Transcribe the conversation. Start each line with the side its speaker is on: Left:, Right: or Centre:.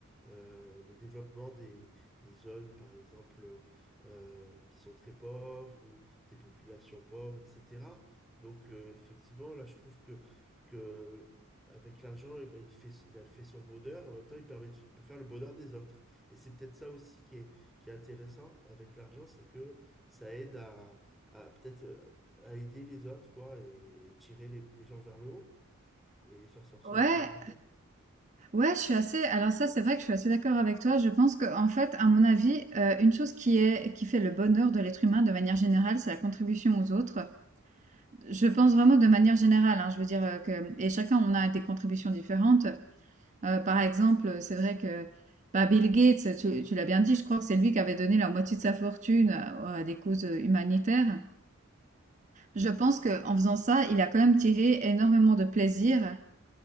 Centre: euh, le développement des, des zones, par exemple, euh, euh, qui sont très pauvres ou des populations pauvres, etc. Donc, euh, effectivement, là, je trouve que, que avec l'argent, eh ben, il fait, il a fait son bonheur, en même temps, il permet, de- il peut faire le bonheur des autres. Et c'est peut-être ça aussi qui est, qui est intéressant avec l'argent, c'est que ça aide à, à peut-être euh, à aider les autres, quoi, et tirer les, les gens vers le haut et les faire sortir
Right: Ouais,
Centre: de la pauvreté.
Right: ouais, je suis assez. Alors ça, c'est vrai que je suis assez d'accord avec toi. Je pense que, en fait, à mon avis, euh, une chose qui est qui fait le bonheur de l'être humain de manière générale, c'est la contribution aux autres. Je pense vraiment de manière générale. hein, je veux dire euh, que et chacun, on a des contributions différentes. Euh, par exemple, c'est vrai que bah, Bill Gates, tu, tu l'as bien dit, je crois que c'est lui qui avait donné la moitié de sa fortune à, à des causes euh, humanitaires. Je pense qu'en faisant ça, il a quand même tiré énormément de plaisir